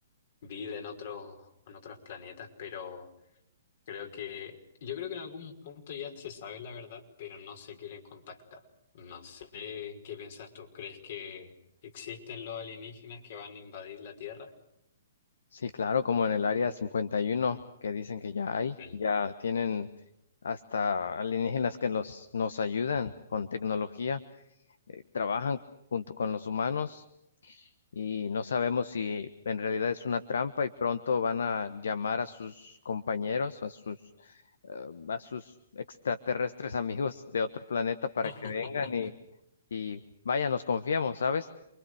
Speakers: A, on the left; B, on the left.
A: vida en otros, en otros planetas, pero... Creo que, yo creo que en algún punto ya se sabe la verdad, pero no se quieren contactar. No sé qué piensas tú. ¿Crees que existen los alienígenas que van a invadir la Tierra?
B: Sí, claro, como en el área 51, que dicen que ya hay,
A: Mm.
B: ya tienen hasta alienígenas que los, nos ayudan con tecnología, eh, trabajan junto con los humanos y no sabemos si en realidad es una trampa y pronto van a llamar a sus compañeros, a sus, eh, a sus extraterrestres <laughs> amigos de otro planeta para
A: <laughs>
B: que vengan y, y vaya, nos confiemos, ¿sabes?